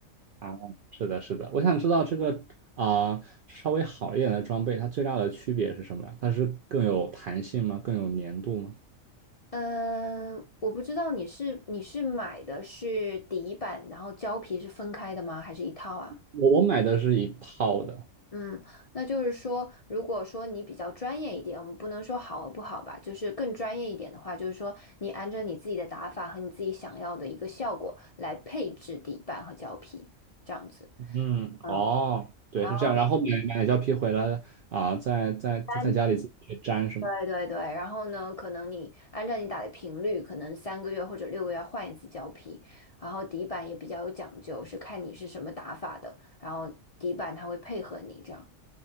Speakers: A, on the right; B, on the left.
A: 啊，是的，是的，我想知道这个啊、稍微好一点的装备，它最大的区别是什么呀？它是更有弹性吗？更有粘度吗？
B: 嗯，我不知道你是你是买的是底板，然后胶皮是分开的吗？还是一套啊？
A: 我我买的是一套的，
B: 嗯，那就是说，如果说你比较专业一点，我们不能说好和不好吧，就是更专业一点的话，就是说你按照你自己的打法和你自己想要的一个效果来配置底板和胶皮，这样子。
A: 嗯，
B: 嗯，
A: 哦，对，
B: 然后
A: 是这样。然后买买了胶皮回来啊、在在在家里自己去粘是吗？
B: 三。对对对，然后呢，可能你按照你打的频率，可能三个月或者六个月换一次胶皮，然后底板也比较有讲究，是看你是什么打法的，然后底板它会配合你这样，